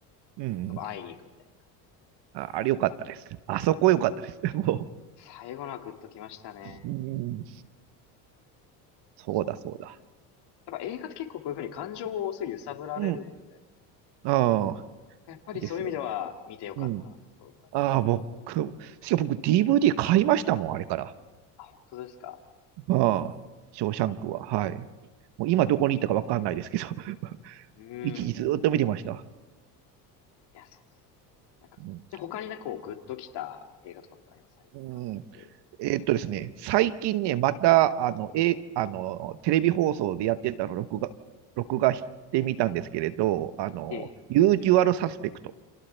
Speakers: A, on the right (about 60°); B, on the left (about 55°).
A: うん
B: そこ会いに行くみたいな感じですね。
A: ああれ良かったです。あそこ良かったです。も
B: 最後のはグッときましたね。
A: う、うん、そうだ、
B: そういう
A: そうだ。
B: やっぱ映画って結構こういうふうに感情をすごい揺さぶられるの
A: うん。ああ、
B: で、やっぱりそういう意味では見てよかったなと思います。
A: いいですよね。うん。ああ、僕、しかも僕 DVD 買いましたもん、あれから。
B: あ、本当ですか
A: ああ、ショーシャンクは。はい。もう今どこに行ったかわかんないですけど、<laughs>
B: うーん。
A: 一時ずーっと見てました。
B: いや、そうです。なんか、
A: うん。
B: じゃあ他にね、こう、グッときた映画とかってあります最近限らず。
A: うんえーっとですね、最近ね、また、あの、え、あの、テレビ放送でやってたのを録画、録画してみたんですけれど、あの、
B: ええ。
A: ユージュアルサスペクト。